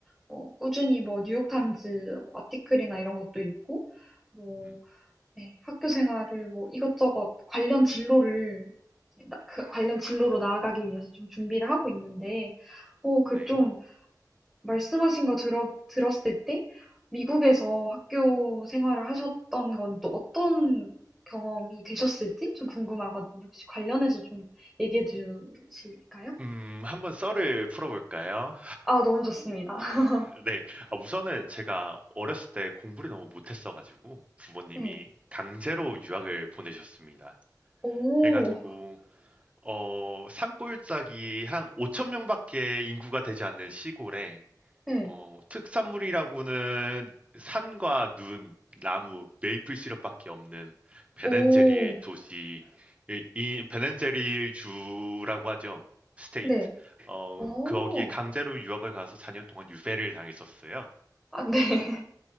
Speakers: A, in the centre; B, on the right.
A: 뭐, 꾸준히 뭐, 뉴욕타임즈 뭐 아티클이나 이런 것도 읽고, 뭐,
B: 음.
A: 네, 학교 생활을 뭐, 이것저것 관련 진로를, 이제 나- 그 관련 진로로 나아가기 위해서 좀 준비를 하고 있는데, 어, 그좀
B: 네.
A: 말씀하신 거 들어, 들었을 때 미국에서 학교 생활을 하셨던 건 또 어떤 경험이 되셨을지 좀 궁금하거든요. 혹시 관련해서 좀 얘기해 주실까요?
B: 음 한번 썰을 풀어 볼까요?
A: 아, 너무 좋습니다. <laughs>
B: <laughs> 네. 아 우선은 제가 어렸을 때 공부를 너무 못했어 가지고 부모님이
A: 네.
B: 강제로 유학을 보내셨습니다.
A: 오,
B: 해 가지고 어 산골짜기 한5천 명밖에 인구가 되지 않는 시골에
A: 네.
B: 어, 특산물이라고는 산과 눈, 나무, 메이플 시럽밖에 없는 베넨제리
A: 오,
B: 도시, 이, 이 베넨제리 주라고 하죠. 스테이트.
A: 네.
B: 어,
A: 오,
B: 거기에 강제로 유학을 가서 4년 동안 유배를 당했었어요.
A: 아, 네. <laughs>